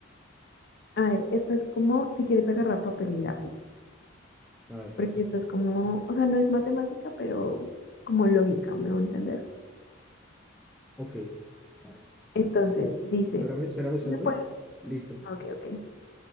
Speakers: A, on the left (about 55°); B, in the centre.
A: A ver, esta es como si quieres agarrar papel y lápiz,
B: A ver,
A: porque
B: espérate.
A: esta es como, o sea, no es matemática, pero como lógica, me voy a entender.
B: ok. A ver,
A: Entonces, dice,
B: espérame, espérame, espérame.
A: ¿cómo se puede?
B: Listo.
A: ah, Ok, ok.